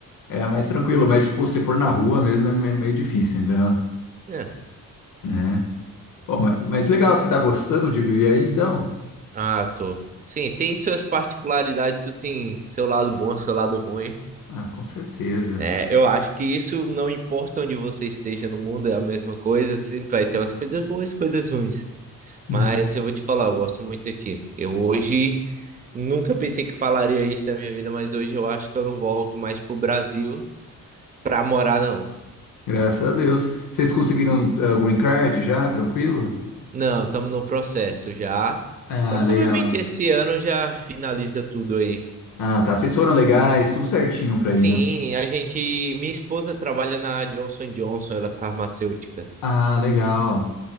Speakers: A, on the left (about 75°); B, on the right (about 25°).
A: É mais tranquilo, mas, tipo, se for na rua mesmo é me- meio difícil, entendeu?
B: é.
A: Né? Pô, ma- mas, legal, você tá gostando de viver aí, então?
B: Ah, tô. Sim, tem suas particularidades, tu tem seu lado bom, seu lado ruim.
A: Ah, com certeza.
B: É, eu acho que isso não importa onde você esteja no mundo, é a mesma coisa, sempre vai ter umas coisas boas, coisas ruins.
A: Hum.
B: Mas eu vou te falar, eu gosto muito aqui. Eu hoje nunca pensei que falaria isso na minha vida, mas hoje eu acho que eu não volto mais pro Brasil pra morar, não.
A: Graças a Deus. Vocês conseguiram ah, green card já, tranquilo?
B: Não, estamos no processo já.
A: Ah,
B: Provavelmente
A: legal.
B: esse ano já finaliza tudo aí.
A: Ah, tá, vocês foram legais, tudo certinho pra
B: Sim,
A: ir, né?
B: a gente. Minha esposa trabalha na Johnson Johnson, ela é farmacêutica.
A: Ah, legal.